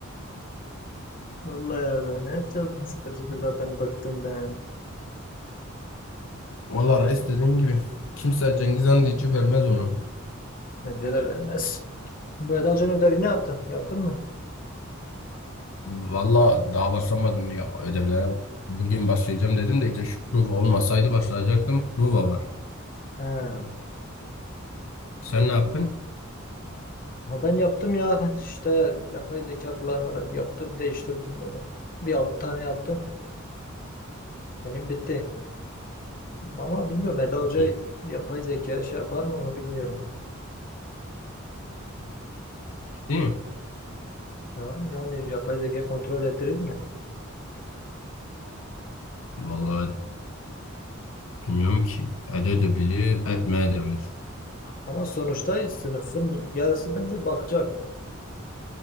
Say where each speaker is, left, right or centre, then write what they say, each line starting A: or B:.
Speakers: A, on the left (about 45°); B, on the left (about 70°).
A: Vallahi ya ben ne yapacağız? Sıkıcıydı zaten bıktım ben.
B: Valla reis dediğim gibi. Kimse Cengiz Han diyeceği vermez ona.
A: Bence de vermez. Bu Eda Hoca'nın ödevini ne yaptın? Yaptın mı?
B: Valla daha başlamadım ya ödevlere. Bugün başlayacağım dedim de işte şu prova olmasaydı başlayacaktım. Prova var.
A: Ha,
B: Sen
A: doğru.
B: ne yaptın?
A: Ha, ben yaptım ya. Ben işte yapay zeka kullanarak yaptım. Değiştirdim böyle. Bir alt tane yaptım. Benim bitti. Ama bilmiyorum Eda Hoca
B: İyi,
A: yapay zeka şey yapar mı onu bilmiyorum.
B: Değil mi?
A: Ha, yani yapay zekayı kontrol ettirir mi?
B: Valla bilmiyorum ki edebilir, etmeyebilir.
A: Ama sonuçta sınıfın yarısı bence bakacak.